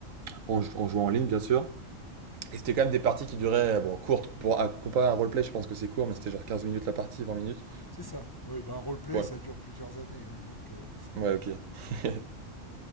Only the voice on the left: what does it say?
C'est ça. Oui, bah un roleplay,
ça dure plusieurs années, hein, donc. euh,